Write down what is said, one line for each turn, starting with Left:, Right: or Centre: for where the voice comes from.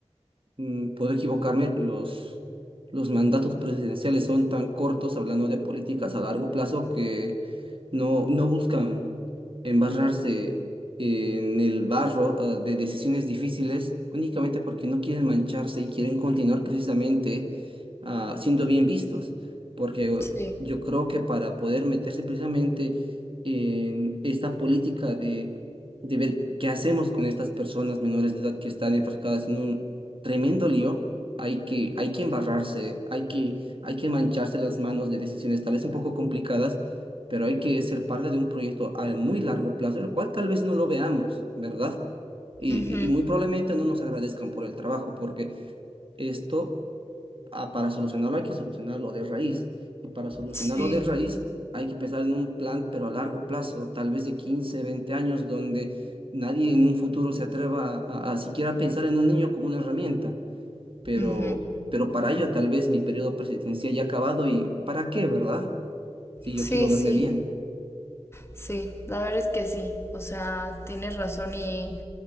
Right: mm, puedo equivocarme, los, los mandatos presidenciales son tan cortos, hablando de políticas a largo plazo, que no, no buscan embarrarse en el barro, ah, de decisiones difíciles, únicamente porque no quieren mancharse y quieren continuar precisamente, ah, siendo bien vistos. Porque eh,
Left: Sí,
Right: yo creo que para poder meterse precisamente en esta política de de ver qué hacemos con estas personas menores de edad que están enfrascadas en un, tremendo lío. Hay que, hay que embarrarse, hay que, hay que mancharse las manos de decisiones tal vez un poco complicadas, pero hay que ser parte de un proyecto a muy largo plazo, el cual tal vez no lo veamos, ¿verdad? Y,
Left: ujú,
Right: y muy probablemente no nos agradezcan por el trabajo, porque esto, ah, para solucionarlo, hay que solucionarlo de raíz. Y para solucionarlo
Left: Sí,
Right: de raíz, hay que pensar en un plan, pero a largo plazo, tal vez de 15, 20 años, donde nadie en un futuro se atreva a, a- a siquiera pensar en un niño como una herramienta pero,
Left: ujú.
Right: pero para ello tal vez mi periodo presidencial ya ha acabado y ¿para qué, verdad? Si
Left: Sí,
Right: yo quiero verme
Left: sí,
Right: bien. <laughs>
Left: sí, la verdad es que sí, o sea, tienes razón y